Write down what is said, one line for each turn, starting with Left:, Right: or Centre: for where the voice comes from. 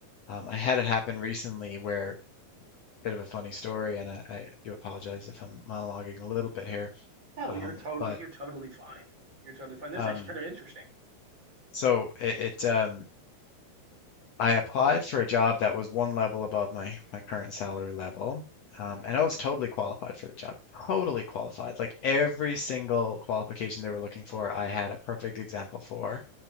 Left: Um, I had it happen recently where bit of a funny story and I, I do apologize if I'm monologuing a little bit here.
Right: no
Left: Um,
Right: you're total
Left: but
Right: you're totally fine you're totally fine this
Left: um
Right: is actually kind of interesting
Left: so it, it um I applied for a job that was one level above my my current salary level. Um, and I was totally qualified for the job. Totally qualified. Like every single qualification they were looking for, I had a perfect example for.